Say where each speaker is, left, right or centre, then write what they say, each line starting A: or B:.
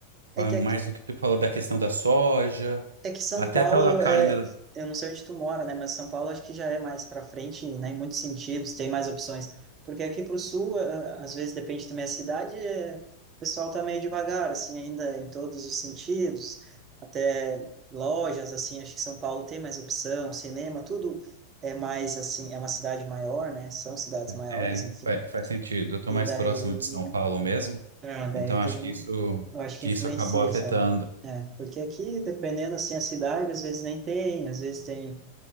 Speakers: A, on the right; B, on the right.
A: É
B: vão
A: que,
B: mais
A: aqui-
B: do que tu falou da questão da soja,
A: é que São
B: até
A: Paulo,
B: a tal da carne
A: é, eu não sei onde tu mora, né? Mas São Paulo acho que já é mais para frente, né? Em muitos sentidos, tem mais opções. Porque aqui para o sul, eh, às vezes depende também da cidade, eh, o pessoal tá meio devagar, assim, ainda em todos os sentidos. Até lojas, assim, acho que São Paulo tem mais opção, cinema, tudo é mais, assim, é uma cidade maior, né? São cidades maiores,
B: É, é,
A: enfim.
B: fa- faz sentido. Eu tô
A: E
B: mais
A: daí,
B: próximo de São Paulo mesmo,
A: não, daí
B: então
A: tem,
B: acho que isso
A: eu acho
B: que
A: que influencia,
B: isso acabou afetando.
A: sabe? É, porque aqui, dependendo, assim, a cidade, às vezes nem tem, às vezes tem,